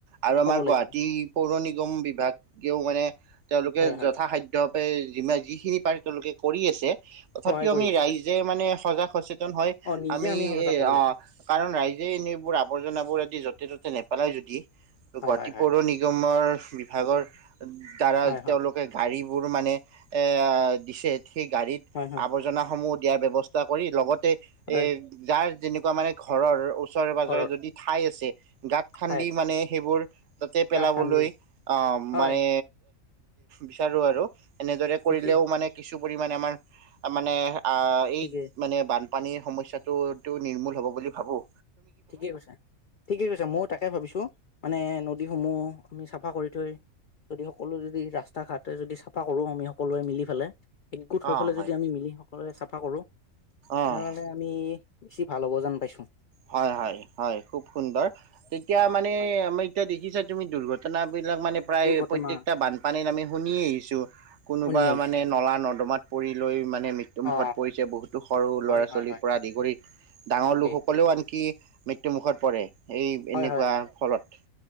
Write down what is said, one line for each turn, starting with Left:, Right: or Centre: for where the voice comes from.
Right: আৰু
Left: হ'ব
Right: আমাৰ
Left: লাগিব
Right: গুৱাহাটী পৌৰ নিগম বিভাগেও মানে তেওঁলোকে
Left: হয় হয়
Right: যথাাসাদ্য
Left: হয়
Right: <unintelligible> যিখিনি পাৰি তেওঁলোকে কৰি আছে। তথাপিও
Left: সহায় কৰি
Right: আমি
Left: আছো
Right: ৰাইজে
Left: তাকে
Right: মানে সজাগ <unintelligible> হয়।
Left: অ নিজে
Right: আমি
Left: সজাগ
Right: এ
Left: হব লাগিব
Right: অ' কাৰণ ৰাইজ এইবোৰ আৱৰ্জননাাবোৰ আদি, য'তে ত'তে নেপালাই যদি
Left: হয়
Right: গুৱাহাটী
Left: হয় হয়
Right: পৌৰ নিগমৰ বিভাগৰ দ্বাৰা
Left: হয় হয়
Right: তেওঁলোকে গাড়ী বোৰ মানে, এ' দিছে। সেই গাড়ীত,
Left: হয় হয়
Right: আৱৰ্জনাসমূহ দিয়াৰ ব্যৱস্থা <unintelligible> কৰি লগত এ'
Left: হয়
Right: যাৰ যেনেকুৱা মানে ঘৰৰ ওচৰে পাজৰে
Left: ঘৰৰ
Right: যদি ঠাই আছে গাত খান্দি
Left: ঠাইত
Right: মানে সেইবোৰ, তাতে পেলাবলৈ
Left: গাঁত খান্দি
Right: অ'
Left: হয়
Right: মানে বিচাৰো আৰু এনেদৰে কৰিলেও
Left: ঠিকেই
Right: মানে কিছু কিছু পৰিমাণে আমাৰ মানে অঁ!
Left: ঠিকেই
Right: এই মানে বান পানীৰ সমস্যাটো নিৰ্মূল হ'ব বুলি ভাবোঁ।
Left: ঠিকে কৈছা, ঠিকে কৈছে মইয়ো তাকে ভাবিছোঁ মানে, নদী সমূহ আমি চাফা কৰি থৈ যদি সকলো যদি ৰাস্তা তাক আঁতৰাই যদিও চাফা কৰোঁ আমিও সকলোৱে মিলি পেলাই একগোট হৈ
Right: অ
Left: পেলাই
Right: হয়
Left: যদি আমি মিলি সকলোৱে চাব চফা কঁৰো। তেনেহ'লে
Right: অ
Left: আমি বেছি ভাল হ'ব জান পাইছোঁ।
Right: হয় হয় হয় খুব সুন্দৰ তেতিয়া
Left: অ
Right: মানে
Left: হয়
Right: আমাৰ এতিয়া দেখিছা তুমি দুৰ্ঘটনা <unintelligible> বিলাক মানে প্ৰায়
Left: দুৰ্ঘটনা
Right: প্ৰত্যেকটা বানপানীত আমি শুনি আহিছোঁ, কোনোবা
Left: শুনি আহিছো
Right: মানে নলা নৰ্দমাত পৰি লৈ মান মৃত্যুমুখত
Left: অ
Right: পৰিছে, বহুতো সৰু
Left: হয়
Right: ল'ৰা
Left: হয়
Right: ছোৱালীৰ
Left: হয়
Right: পৰা আদি ডাঙৰ
Left: ঠিকেই
Right: লোকসকল কি মৃত্যু মুখত পৰে। এই
Left: হয়
Right: এনেকুৱা
Left: হয়
Right: ফলত।